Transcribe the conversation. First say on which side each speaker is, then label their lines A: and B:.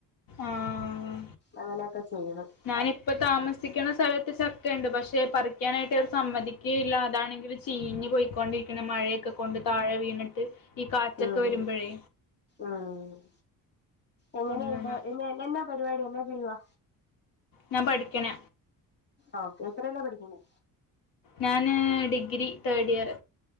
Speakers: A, on the left; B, on the left.
A: ആഹ്
B: അങ്ങനൊക്കെ ചെയ്യണം
A: ഞാനിപ്പ താമസിക്കുന്ന സ്ഥലത്ത് ചക്കയിണ്ട് പക്ഷെ പറിക്കാനായിട്ട് അവര് സമ്മതി- കേല്ല അതാണെങ്കി ചീഞ് പോക്കൊണ്ടിരിക്കണ മഴയൊക്കെ കൊണ്ട് താഴെ വീണിട്ട് ഈ കാറ്റൊക്കെ
B: അഹ് ഹ്
A: വരുമ്പഴേ
B: അഹ് എങ്ങനെയുണ്ട്
A: അങ്ങനെ
B: <unintelligible> എന്നാ പരിപാടി എന്ന ചെയ്യുവാ
A: ഞാൻ പഠിക്കണേ.
B: ആഹ് എത്രലാ പഠിക്കണെ?
A: ഞാന് ഡിഗ്രി തേർഡ് ഇയർ.